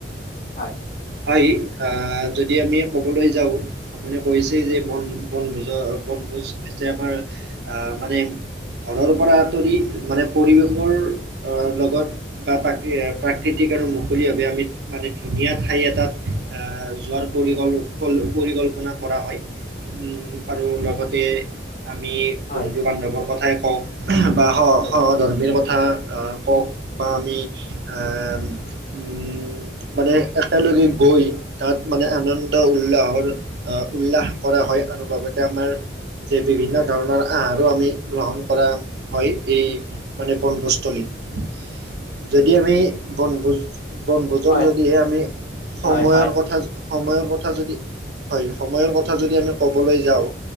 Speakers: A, on the left; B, on the right.
A: হয়।
B: হয় আ যদি আমি ক'বলৈ যাওঁ আপুনে কৈছেই যে বন বনভোজৰ বনভোজ হৈছে আমাৰ আহ মানে ঘৰৰ পৰা আঁতৰি মানে পৰিৱেশৰ অ লগত বা প্ৰাকৃ প্ৰাকৃতিক আৰু মুকলিভাৱে আমি মানে ধুনীয়া থাক ঠাই এটাত আহ যোৱাৰ পৰিকল পৰিকল্পনা কৰা হয়। উম আৰু লগতে আমি
A: হয়
B: বন্ধু বান্ধৱৰ কথাই কওঁ আহ বা স
A: হয়
B: স ধৰ্মীৰ কথা আহ হওক বা আমি আ উম মানে একেলগে গৈ তাত মানে আনন্দ উল্লাহৰ আহ উল্লাস কৰা হয় আৰু লগতে আমাৰ যে বিভিন্ন ধৰণৰ আহাৰো আমি গ্ৰহণ কৰা হয় এই মানে বনভোজ স্থলীত যদি আমি বনভোজ বনভোজৰ
A: হয়
B: যদিহে আমি সময়ৰ
A: হয় হয়
B: কথা সময়ৰ কথা যদি হয় সময়ৰ কথা যদি আমি ক'বলৈ যাওঁ